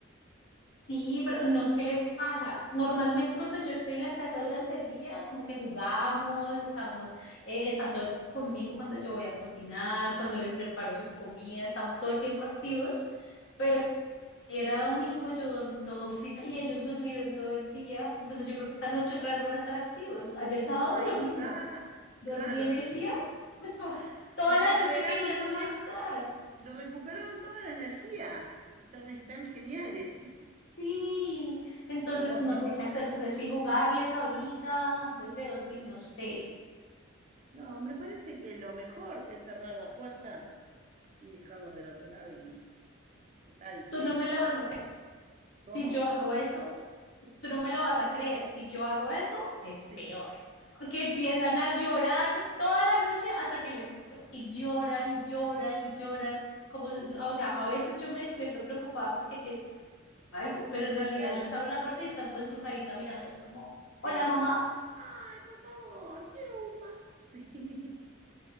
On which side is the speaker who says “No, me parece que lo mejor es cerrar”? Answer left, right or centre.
Right